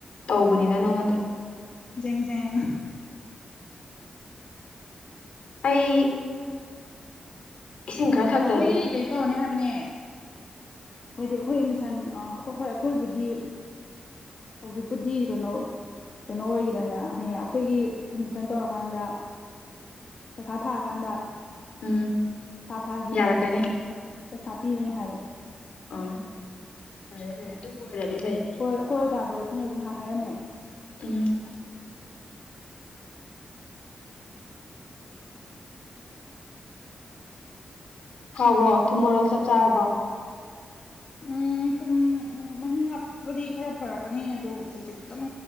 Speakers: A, on the left (about 75°); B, on the left (about 55°).
A: ꯇꯧꯕꯅꯤꯗ ꯅꯪꯉꯣꯟꯗ
B: ꯖꯦꯡꯖꯦꯡ
A: ꯑꯩ ꯏꯁꯤꯡ ꯈꯔ ꯊꯛꯇ꯭ꯔꯗꯤ
B: ꯑꯩꯈꯣꯏꯒꯤ ꯀꯩ ꯇꯧꯔꯅꯤ ꯍꯥꯏꯕꯅꯦ ꯍꯣꯏꯗꯤ ꯑꯩꯈꯣꯏ ꯃꯤꯁꯟ ꯍꯣꯏ ꯍꯣꯏ ꯑꯩꯈꯣꯏꯕꯨꯗꯤ ꯍꯧꯖꯤꯛꯄꯨꯗꯤ ꯀꯩꯅꯣ ꯀꯩꯅꯣ ꯑꯣꯏꯔꯤꯗꯅ ꯍꯌꯦꯡ ꯑꯩꯈꯣꯏꯒꯤ ꯑꯦꯃꯤꯁꯟ ꯇꯧꯔꯀꯥꯟꯗ ꯄꯩꯈꯥ ꯊꯥꯔꯀꯥꯟꯗ
A: ꯎꯝ
B: ꯊꯥ ꯊꯥꯒꯤ
A: ꯌꯥꯔꯛꯀꯅꯤ
B: ꯄꯩꯁꯥ ꯄꯤꯕꯅꯤ ꯍꯥꯏꯕ
A: ꯑ ꯐꯔꯦ ꯐꯔꯦ ꯑꯗꯨꯕꯨ ꯑꯣꯏꯔꯗꯤ ꯐꯩ
B: ꯍꯣꯏ ꯑꯩꯈꯣꯏ ꯑꯣꯖꯥꯗꯣ ꯑꯗꯨꯅꯁꯨ ꯅꯍꯥꯟ ꯍꯥꯏꯔꯝꯃꯦ
A: ꯎꯝ ꯍꯥꯎꯕ꯭ꯔꯣ ꯊꯨꯝꯃꯣꯔꯣꯛ ꯆꯞ ꯆꯥꯔꯕ
B: ꯎꯝ ꯊꯨꯝ ꯎ ꯃꯍꯤ ꯍꯥꯞꯄꯗꯤ ꯈꯔ ꯐꯔꯛꯀꯅꯤ ꯑꯗꯣ ꯍꯧꯖꯤꯛ ꯈꯤꯇꯪ